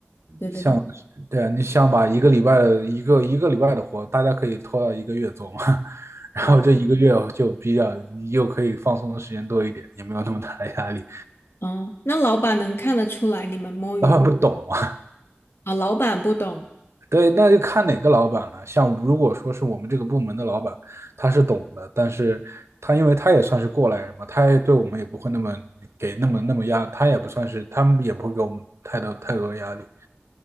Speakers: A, on the left; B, on the right.
A: 对对对，
B: 像对啊，你想把一个礼拜的一个一个礼拜的活，大家可以拖到一个月做嘛，<laughs> 然后这一个月就比较又可以放松的时间多一点，
A: 哇，
B: 也没有那么大的压力。
A: 嗯，那老板能看得出来你们摸鱼吗
B: 老板不懂啊。
A: 啊？老板不懂。
B: 对，那就看哪个老板了。像如果说是我们这个部门的老板，他是懂的，但是他因为他也算是过来人嘛，他也对我们也不会那么给那么那么压，他也不算是，他们也不会给我们太多太多压力，